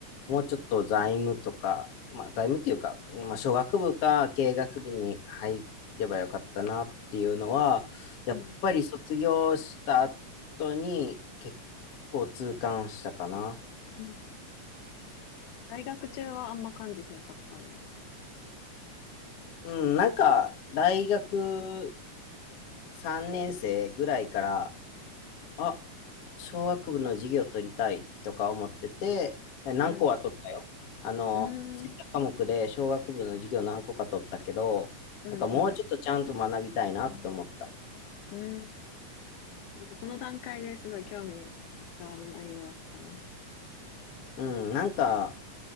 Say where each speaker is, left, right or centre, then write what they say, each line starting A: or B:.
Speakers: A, on the left; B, on the left.
A: う。もうちょっと財務とか、まあ財務っていうか、まあ商学部か経営学部に入ればよかったなっていうのは、やっぱり卒業した
B: うん。
A: 後に結構痛感したかな。
B: うん大学中はあんま感じひんかったんや。
A: うん、なんか大学3年生ぐらいから、あ、小学部の授業取りたいとか思ってて、え何個は取ったよ。
B: うん。
A: あの、
B: うー
A: 選択科目で小学部の授業何個か取ったけど、
B: ん、うん、
A: なんかもうちょっとちゃんと学びたいなって思った。
B: うん。うーん。でもこの段階ですごい興味がある内容やったんや。
A: うん、なんか、